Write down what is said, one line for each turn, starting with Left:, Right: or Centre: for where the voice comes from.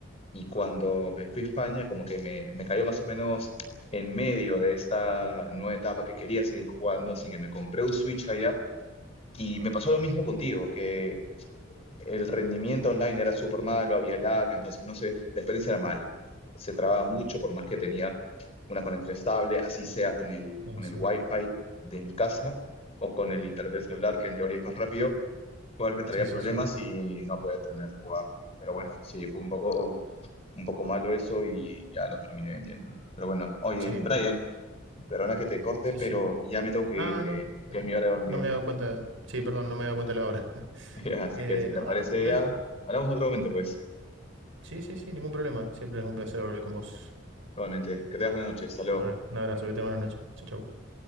Left: Y cuando me fui a España, como que me, me cayó más o menos en medio de esta nueva etapa que quería seguir jugando, así que me compré un Switch allá Y me pasó lo mismo contigo, que el rendimiento online era súper malo, había lag, entonces no sé, la experiencia era mala. Se trababa mucho por más que tenía una conexión estable, así sea con el, con
Right: Sí,
Left: el wifi de mi casa o con el internet del celular, que en teoría es más rápido, igual me traía
Right: sí, sí,
Left: problemas
Right: sí. sí.
Left: y no podía terminar de jugar. Pero bueno, sí, fue un poco, un poco malo eso y ya lo terminé vendiendo. Pero bueno, oye,
Right: Sí,
Left: Brian, perdona que te corte,
Right: sí,
Left: pero
Right: sí.
Left: ya me tengo que
Right: Ah,
Left: ir, que,
Right: no, bueno,
Left: que es mi hora de dormir.
Right: no me he dado cuenta. Sí, perdón, no me he dado cuenta de la hora. <laughs>
Left: <laughs> Así
Right: Eh,
Left: que si te
Right: no,
Left: aparece
Right: dale, dale.
Left: ya, hablamos en otro momento, pues.
Right: Sí, sí, sí, ningún problema. Siempre es un placer hablar con vos.
Left: Igualmente, que tengas buenas noches. Hasta luego.
Right: Bueno, un abrazo, que te buenas noches. Chau, chau.